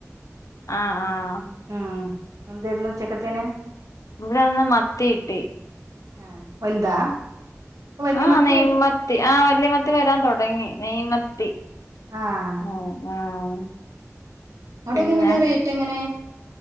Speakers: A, on the left; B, on the right.
A: ആഹ് ആഹ്
B: ഉം എന്തായിരുന്നു ഉച്ചക്കത്തേന്
A: ഇവിടെന്ന് മത്തിയിട്ടി
B: ആഹ് വലുതാ വല്യ
A: ആഹ്
B: മത്തി
A: നെയ് മ ത്തി ആഹ് വല്ല്യ മത്തി വരാൻ തുടങ്ങി നെയ്മത്തി
B: ആഹ്
A: ഉം ആഹ്
B: അവിടൊക്കെ
A: പിന്നെ
B: എങ്ങനെയാ റേറ്റ് എങ്ങനെ